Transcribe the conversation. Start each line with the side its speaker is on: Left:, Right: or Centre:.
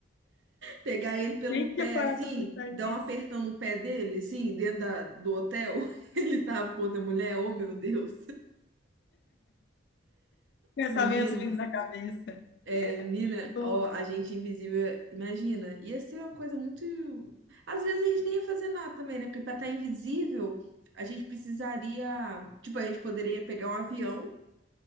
Right: Pegar ele pelo
Left: Nem
Right: pé,
Left: tinha parado
Right: assim,
Left: pra pensar
Right: dar
Left: nisso.
Right: um apertão no pé dele, assim, dentro da- do hotel. <laughs> Ele tava com outra mulher, oh meu Deus,
Left: Pensamentos
Right: menino.
Left: vindo na cabeça.
Right: É, menina,
Left: Tipo,
Right: ó, a gente invisível, imagina, ia ser uma coisa muito. Às vezes a gente nem ia fazer nada também, né? Porque pra estar invisível, a gente precisaria. Tipo, a gente poderia pegar um avião